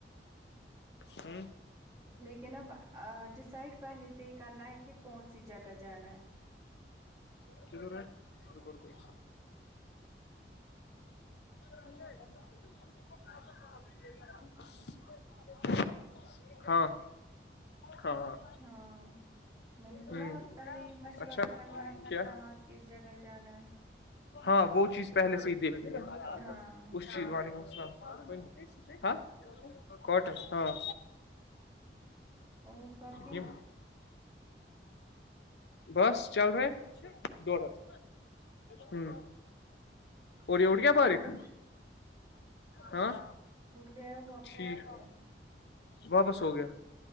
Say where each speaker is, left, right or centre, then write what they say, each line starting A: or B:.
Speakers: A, on the left (about 70°); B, on the right (about 20°).
A: جی
B: لیکن اب ڈسائڈ پہلے سے ہی کرنا ہے کہ کون سی جگہ جانا ہے
A: ک دور ہے کوئی <unintelligible> ہاں ہاں ہاں
B: ہاں میں نے بولا
A: ہ
B: پہلے یہ مشورہ
A: اچھا
B: کرنا ہے کہ
A: کیا
B: کہاں کس جگہ جانا ہے
A: ہاں وہ چیز پہلے سے ہی دیکھنی ہے
B: ہاں
A: اس چیز وعلیکم السلام ہاں کٹن ہاں
B: اور باقی
A: یہ بس چل رہے ہیں ڈڑ ہات ہوں اور اوٹ گیا باریک
B: اور
A: ہاں
B: اٹ گیا واپس
A: ٹھیک
B: ہو گیا
A: واپس ہو گیا